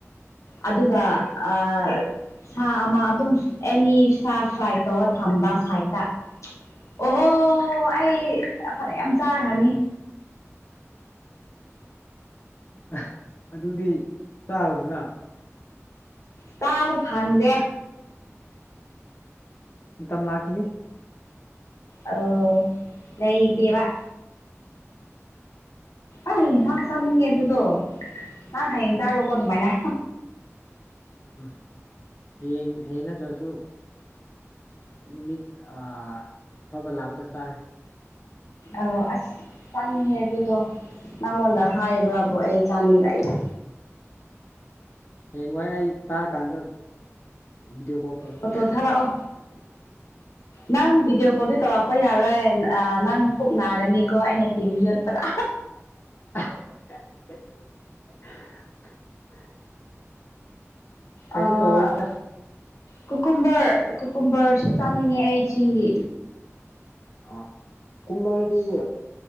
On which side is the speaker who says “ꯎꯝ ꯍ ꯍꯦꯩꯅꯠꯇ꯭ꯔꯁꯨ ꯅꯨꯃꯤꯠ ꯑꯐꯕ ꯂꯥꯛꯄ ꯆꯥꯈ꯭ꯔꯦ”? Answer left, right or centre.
Left